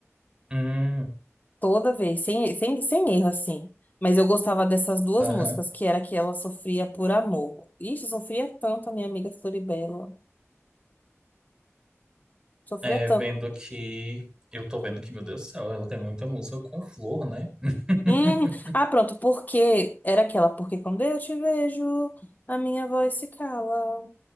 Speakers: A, on the right; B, on the left.
A: Hum,
B: Toda vez, sem, sem, sem erro, assim. Mas eu gostava dessas duas
A: aham.
B: músicas, que era que ela sofria por amor. Ixi, sofria tanto a minha amiga Floribela. Sofria
A: É, vendo
B: tanto.
A: que. Eu tô vendo que, meu Deus do céu, ela tem muita música com flor, né? <laughs>
B: Hum. Ah, pronto, porque era aquela, porque quando eu te vejo, a minha voz se cala.